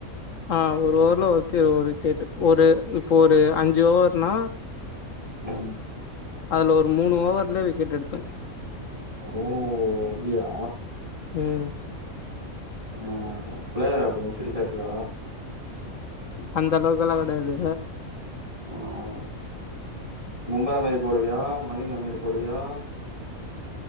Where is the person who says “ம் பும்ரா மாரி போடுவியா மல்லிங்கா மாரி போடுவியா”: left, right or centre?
Right